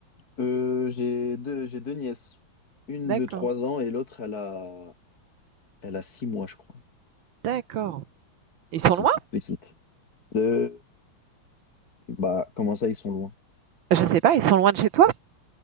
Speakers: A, on the left; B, on the right.
A: Euh, j'ai deux, j'ai deux nièces, une
B: D'accord,
A: de trois ans et l'autre, elle a, elle a six mois, je crois.
B: d'accord. Ils sont
A: Elles sont
B: loin?
A: toutes petites. Euh, bah, comment ça, ils sont loin?
B: Je sais pas, ils sont loin de chez toi?